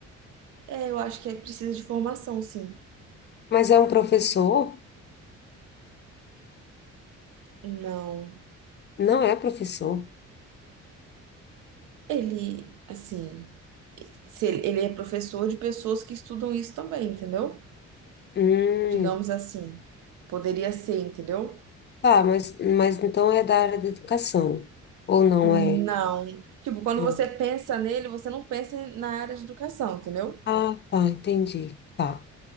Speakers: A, on the right (about 85°); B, on the left (about 35°).
A: é, eu acho que é precisa de formação, sim.
B: Mas é um professor?
A: Não,
B: Não é professor.
A: ele, assim. se ele, ele é professor de pessoas que estudam isso também, entendeu?
B: Hum.
A: Digamos assim. Poderia ser, entendeu?
B: Tá, mas, mas então é da área da educação, ou não
A: Não.
B: é?
A: Tipo, quando
B: Não.
A: você pensa nele, você não pensa na área de educação, entendeu?
B: Ah, tá, entendi. Tá.